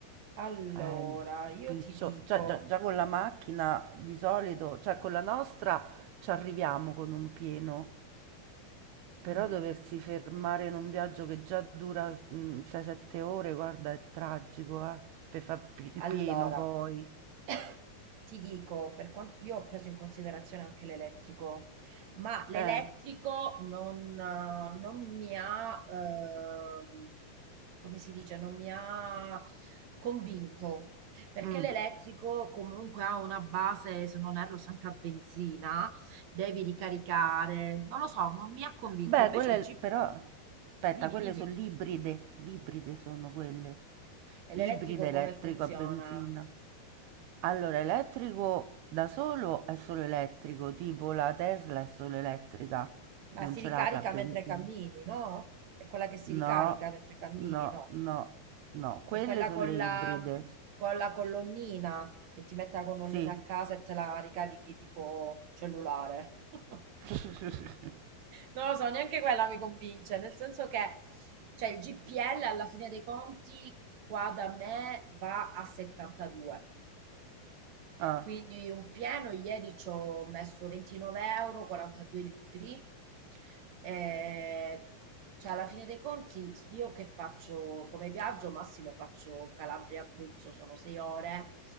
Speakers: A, on the right; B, on the right.
A: Allora,
B: Ehm,
A: io
B: piccio,
A: ti dico,
B: già, già- già con la macchina di solito, cioè con la nostra ci arriviamo con un pieno, però
A: mm,
B: doversi fermare in un viaggio che già dura mm, 6-7 ore, guarda, è tragico, eh, per fare il
A: Allora,
B: pieno poi.
A: <coughs> ti dico, per quanto io ho preso in considerazione anche l'elettrico, ma l'elettrico
B: Eh,
A: non, eh, non mi ha, ehm, come si dice, non mi ha convinto, perché
B: mm.
A: l'elettrico comunque ha una base, se non erro, sempre a benzina, devi ricaricare, non lo so, non mi ha convinto,
B: Beh,
A: invece
B: quelle
A: il chip,
B: però, aspetta,
A: dimmi,
B: quelle
A: dimmi,
B: sono l'ibride, l'ibride sono quelle,
A: e
B: ibride
A: l'elettrico come
B: elettrico
A: funziona?
B: a benzina. Allora, elettrico da solo è solo elettrico, tipo la Tesla è solo elettrica,
A: Ma
B: non
A: si
B: ce
A: ricarica
B: l'ha la benzina.
A: mentre cammini, no? È quella che si ricarica
B: No,
A: mentre cammini,
B: no,
A: no?
B: no, no, quelle
A: È quella
B: sono
A: con
B: le
A: la,
B: ibride,
A: con la colonnina, che ti mette la colonnina
B: sì.
A: a casa e te la ricarichi tipo cellulare. <laughs>
B: <laughs>
A: Non lo so, neanche quella mi convince, nel senso che, cioè, il GPL alla fine dei conti qua da me va a 72.
B: Ah,
A: Quindi un pieno, ieri ci ho messo 29 euro, 42 litri. Eh, cioè, alla fine dei conti, io che faccio come viaggio, massimo faccio Calabria-Abruzzo, sono 6 ore.